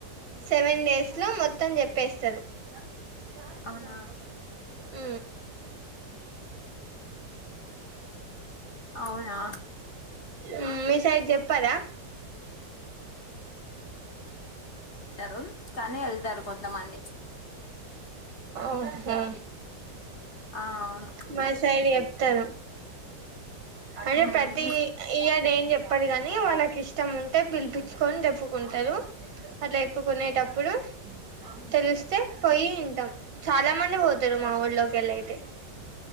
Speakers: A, on the right; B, on the left.
A: సెవెన్ డేస్ లో మొత్తం చెప్పేస్తారు చాల ఇక్క
B: అవునా అవునా
A: మ్మ్ మీసైడ్ జెప్పారా
B: రు కానీ వెళ్తారు కొంతమంది
A: ఉహూ
B: ఆ అవును
A: మా శైడి ఎ తారు అంటే
B: ఉమ్
A: ప్రతి ఇయ దేన్ చెప్పదు గాని వాళ్ళకి ఇష్టం ఉంటే పిలిపించుకని జప్పుకుంటారు అట్ ప్పుకునేటప్పుడు తెలిస్తే పోయి యింటాం చాలా మంది పోతారు మా ఊళ్లోకి వెళ్ళైతే